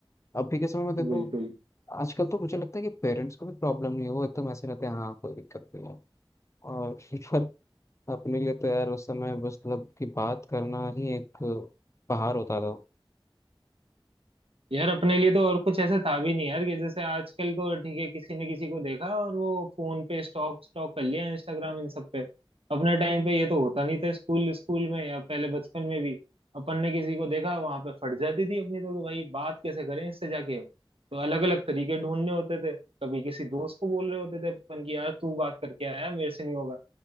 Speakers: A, on the left; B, on the right.
A: अभी के समय में देखो
B: बिल्कुल
A: आजकल तो मुझे लगता है कि पेरेंट्स को भी प्रॉब्लम नहीं है वो एकदम ऐसे रहते हैं हाँ कोई दिक्कत नहीं है और <laughs> पर अपने लिए तो यार उस समय बस मतलब कि बात करना ही एक पहाड़ होता था
B: यार अपने लिए तो और कुछ ऐसे था भी नहीं यार कि जैसे आजकल तो ठीक है किसी ने किसी को देखा और वो फोन पे स्टॉक स्टॉक कर लिया इंस्टाग्राम इन सब पे अपने टाइम पे ये तो होता नहीं था स्कूल स्कूल में या पहले बचपन में भी अपन ने किसी को देखा वहां पे फट जाती थी अपनी तो कि भाई बात कैसे करें इससे जाके अब तो अलग अलग तरीके ढूंढने होते थे कभी किसी दोस्त को बोल रहे होते थे अपन की यार तू बात करके आया मेरे से नहीं होगा